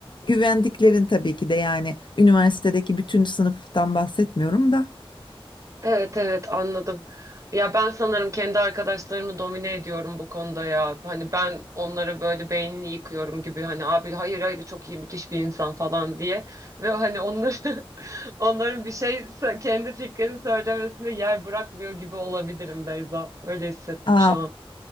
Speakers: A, on the left; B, on the right.
A: güvendiklerin tabii ki de yani üniversitedeki bütün sınıftan bahsetmiyorum da.
B: Evet evet anladım. Ya ben sanırım kendi arkadaşlarımı domine ediyorum bu konuda ya. Hani ben onlara böyle beynini yıkıyorum gibi hani abi hayır hayır çok iyi müthiş bir insan falan diye. Ve hani onları <laughs> onların bir şey kendi fikrini söylemesine yer bırakmıyor gibi olabilirim Beyza. Öyle hissettim
A: Aa,
B: şu an.